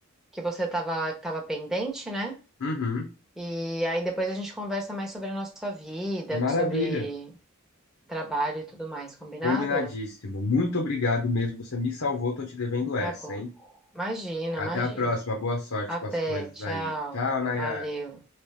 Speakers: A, in the centre; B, on the left.
A: que você tava, tava pendente, né?
B: uhum.
A: E aí depois a gente conversa mais sobre a nossa vida,
B: Maravilha.
A: sobre trabalho e tudo mais, combinado?
B: Combinadíssimo. Muito obrigado mesmo. Você me salvou. Tô te devendo
A: Então
B: essa,
A: Tá bom.
B: hein?
A: Imagina,
B: Até
A: imagina.
B: a próxima. Boa sorte
A: Até,
B: com as coisas
A: tchau.
B: aí. Tchau, Nayara.
A: Valeu.